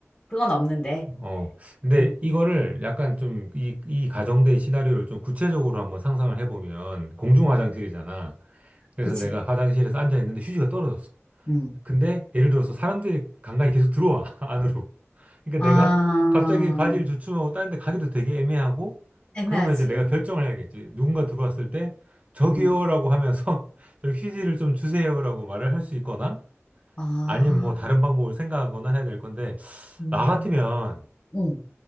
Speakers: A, on the left (about 35°); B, on the right (about 30°).
A: 그건 없는데.
B: 어, 근데
A: 음,
B: 이거를 약간 좀, 이, 이 가정된 시나리오를 좀 구체적으로 한번 상상을 해보면, 공중
A: 음,
B: 화장실이잖아. 그래서
A: 그치.
B: 내가 화장실에서 앉아 있는데 휴지가 떨어졌어.
A: 음.
B: 근데 예를 들어서 사람들이 간간히 계속 들어와, <laughs> 안으로. 그러니까
A: 아,
B: 내가 갑자기 바지를 주춤하고 다른 데 가기도 되게 애매하고,
A: 애매하지.
B: 그러면 이제 내가 결정을 해야겠지. 누군가 들어왔을 때, 저기요라고
A: 음.
B: 하면서, <laughs> 저 휴지를 좀 주세요라고 말을 할 수 있거나,
A: 아,
B: 아니면 뭐 다른 방법을 생각하거나 해야 될 건데,
A: 음,
B: 나 같으면,
A: 응,